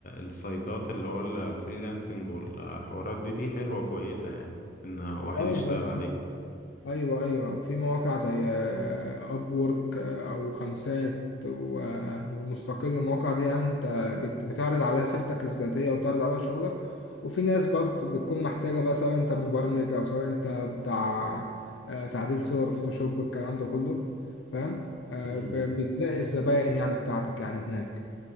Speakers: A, on the left; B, on the left.
A: السايتات اللي هو الفريلانسنج والحوارات دي دي حلوة كويسة يعني ان واحد
B: اه
A: يشتغل عليها
B: ايوه ايوه في مواقع زي اب وورك او خمسات و- ومستقل المواقع دي يعني انت بت- بتعرض عليها سيرتك الذاتيه وبتعرض عليها شغلك وفي ناس بقى بت- بتكون محتاجه بقى سواء انت مبرمج او سواء انت بتاع آه، تعديل صور فوتوشوب الكلام ده كله فاهم آه،
A: امم
B: ب- بتلاقي الزباين يعني بتاعتك يعني هناك